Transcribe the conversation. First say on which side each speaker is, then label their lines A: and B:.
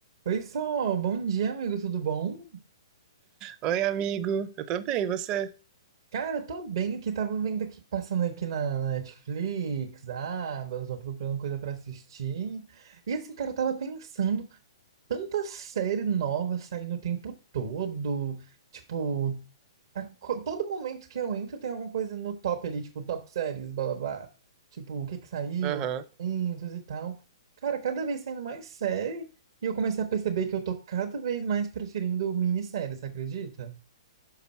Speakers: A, on the right; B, on the right.
A: Oi, Sol, bom dia, amigo, tudo bom?
B: Oi, amigo. Eu também, e você?
A: Cara, tô bem aqui, tava vendo aqui, passando aqui na, na Netflix, abas, ó, procurando coisa pra assistir. E assim, cara, eu tava pensando, tanta série nova saindo o tempo todo, tipo, a co- todo momento que eu entro tem alguma coisa no top ali, tipo, top séries, blá blá blá. Tipo, o que que saiu,
B: Aham.
A: lançamentos e tal. Cara, cada vez saindo mais série, e eu comecei a perceber que eu tô cada vez mais preferindo minissérie, você acredita?